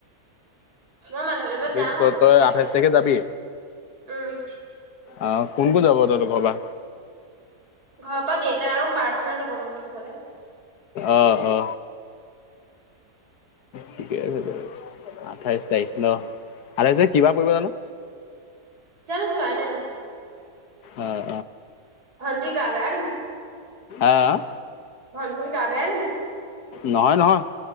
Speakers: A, on the right; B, on the left.
A: মই মাধৱদেৱত
B: তই
A: যাম আকৌ
B: তই
A: কেতিয়াবা
B: আঠাইছ তাৰিখে যাবি
A: উম
B: অ কোন কোন যাব তহঁত ঘৰৰ পৰা
A: ঘৰৰ পৰা দেউতা আৰু প্ৰাৰ্থনা যাব মোক থবলে
B: অহ অ ঠিকে আছে আঠাইশ তাৰিখ ন আঠাইশ তাৰিখ কিবা পৰিব জানো
A: জানো চোৱাই নাই মই
B: অ'
A: ভণ্টিৰ গা বেয়া
B: অহ
A: ভণ্টিৰ গা বেয়া নি
B: নহয় নহয়